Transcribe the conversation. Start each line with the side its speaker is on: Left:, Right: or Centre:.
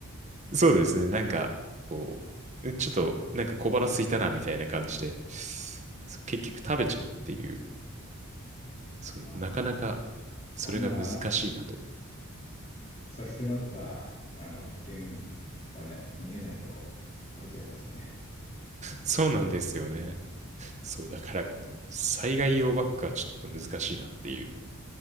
Right: <laughs> そうですね。なんか、こう、ちょっとなんか小腹空いたなみたいな感じで、そう結局食べちゃうっていう、そう、
Left: まあね、
Right: なかなかそれが難しいなと。
Left: そんな差し迫った、あの、危険がね、見えないと食べちゃいますよね。
Right: そうなんですよね。そう、だからこの災害用バッグはちょっと難しいなっていう。